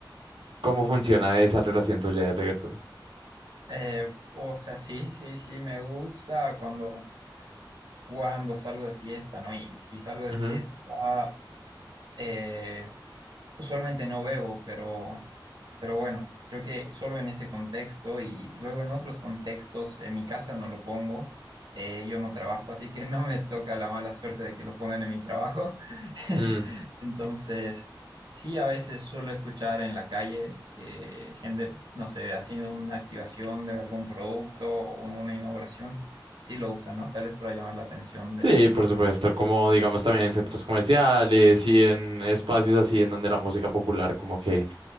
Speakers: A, on the right (about 85°); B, on the right (about 65°).
A: cómo funciona esa relación tuya de reggaetón.
B: Eh, o sea, sí, sí, sí, me gusta cuando cuando salgo de fiesta, ¿no? Y si salgo de
A: Ujú.
B: fiesta, eh, Usualmente no bebo, pero, pero bueno, creo que solo en ese contexto y luego en otros contextos, en mi casa no lo pongo, eh, yo no trabajo, así que <laughs> no me toca la mala suerte de que lo pongan en mi trabajo. <laughs>
A: Mm,
B: Entonces, sí, a veces suelo escuchar en la calle que gente, no sé, haciendo una activación de algún producto o una inauguración, sí lo usan, ¿no? Tal vez para llamar la atención de
A: Sí,
B: la gente.
A: por supuesto, como digamos también en centros comerciales y en espacios así en donde la música popular como que